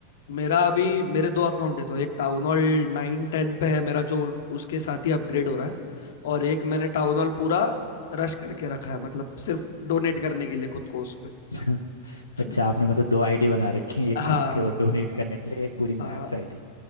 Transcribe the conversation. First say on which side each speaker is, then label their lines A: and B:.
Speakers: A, on the left; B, on the left.
A: मेरा अभी मेरे दो अकाउंट है तो एक टाउन हॉल नाइन टेन पे है मेरा जो उसके साथ ही अपग्रेड हो रहा है और एक मैंने टाउन हॉल पूरा रश करके रखा है मतलब सिर्फ डोनेट करने के लिए खुद को उस पे
B: <laughs>
A: <laughs>
B: अच्छा आपने मतलब दो आईडी बना रखी है एक
A: हाँ
B: खुद के और डोनेट करने के लिए एक पूरी
A: हाँ
B: मैक्स आईडी